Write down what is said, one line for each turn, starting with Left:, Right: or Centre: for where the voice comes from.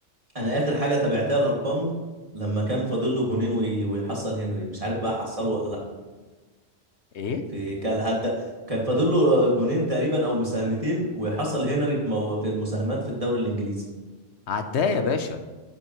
Right: انا اخر حاجه تابعتها لارقامه لما كان فاضل له جونين وي- ويحصل هنري مش عارف بقى حصله ولا لا
Left: ايه
Right: في كان هدا كان فاضل له جونين تقريبا او مساهمتين ويحصل هنري في مو... في المساهمات في الدوري الانجليزي
Left: عداه يا باشا